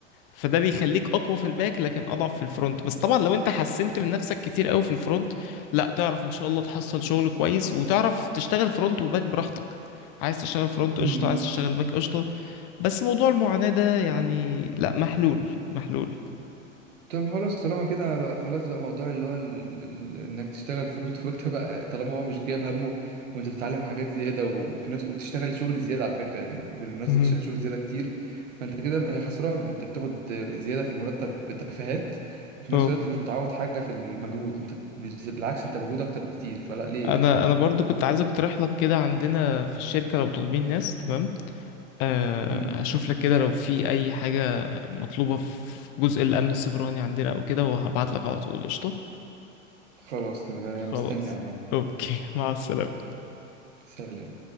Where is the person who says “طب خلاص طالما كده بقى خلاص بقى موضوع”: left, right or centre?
Right